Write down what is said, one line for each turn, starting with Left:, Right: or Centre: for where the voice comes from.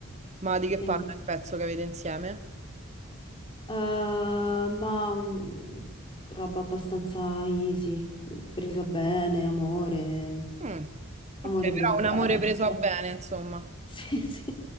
Right: Ma di che
Left: Quindi,
Right: parla il pezzo che avete insieme?
Left: eh, ma un- roba abbastanza easy, presa bene, amore,
Right: Mm.
Left: amore
Right: Ok, però
Left: preso
Right: un
Left: bene.
Right: amore preso a bene, insomma.
Left: <laughs> Sì, sì,